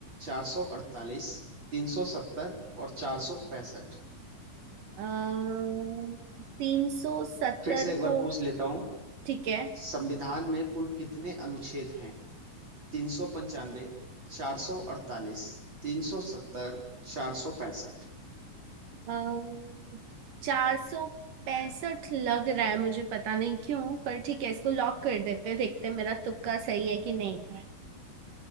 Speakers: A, on the right; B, on the right.
A: चार सौ अड़तालीस तीन सौ सत्तर और चार सौ पैंसठ
B: अः तीन सौ सत्तर
A: फिर से एक बार
B: को
A: पूछ लेता हूँ
B: ठीक है
A: संविधान में कुल कितने अनुच्छेद हैं तीन सौ पंचानवे चार सौ अड़तालीस तीन सौ सत्तर चार सौ पैंसठ
B: अः चार सौ पैंसठ लग रहा है मुझे पता नहीं क्यों पर ठीक है इसको लॉक कर देते हैं देखते हैं मेरा तुक्का सही है कि नहीं